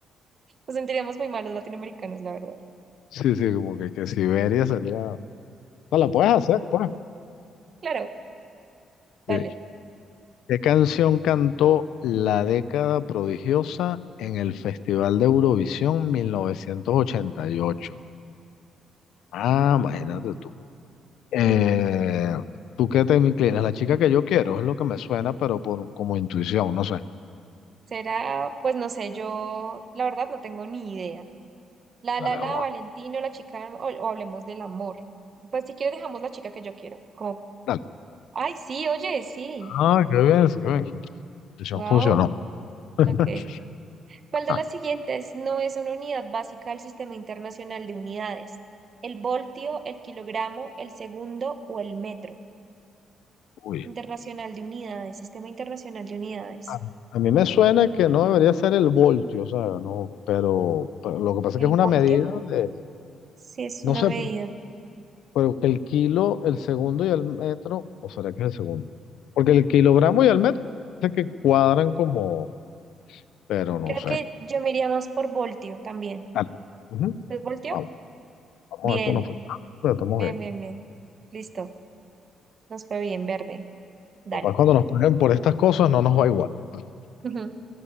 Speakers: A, on the right; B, on the left.
A: Nos sentiríamos muy malos latinoamericanos, la verdad.
B: Sí, sí, como que, que Siberia sería. No, la puedes hacer, pues.
A: Claro. Dale.
B: Sí. ¿Qué canción cantó La Década Prodigiosa en el Festival de Eurovisión 1988? Ah, imagínate tú. Eh, ¿tú qué te inclinas? La chica que yo quiero es lo que me suena, pero por como intuición, no sé.
A: Será, pues no sé, yo la verdad no tengo ni idea. La,
B: Dale,
A: la, la,
B: vamos.
A: Valentino,
B: a-
A: la chica, o, o hablemos del amor. Pues si quieres dejamos la chica que yo quiero. Como,
B: dale.
A: ay, sí, oye, sí.
B: Ah, qué bien, qué bien. Decisión
A: Wow.
B: funcionó. <laughs>
A: Ok. ¿Cuál de
B: Ah,
A: las siguientes no es una unidad básica del Sistema Internacional de Unidades? ¿El voltio, el kilogramo, el segundo o el metro?
B: uy.
A: Internacional de Unidades, Sistema Internacional de Unidades.
B: A, a mí me suena que no debería ser el voltio, ¿sabes? No, pero, pero lo que pasa
A: ¿El
B: es que es una
A: voltio?
B: medida de,
A: Sí, es
B: no
A: una
B: sé,
A: medida.
B: por- pero que el kilo, el segundo y el metro, o será que es el segundo. Porque el kilogramo y el metro sé que cuadran como, pero no
A: Creo
B: sé.
A: que yo me iría más por voltio también.
B: Dale, pues. Ujú.
A: ¿Les volteó?
B: Vamos, vamos
A: Bien,
B: a ver cómo nos fue. Ah, pero estamos
A: bien,
B: bien.
A: bien, bien. Listo. Nos fue bien, verde. Dale.
B: Capaz cuando nos paguen por estas cosas no nos va igual. pues.
A: <laughs>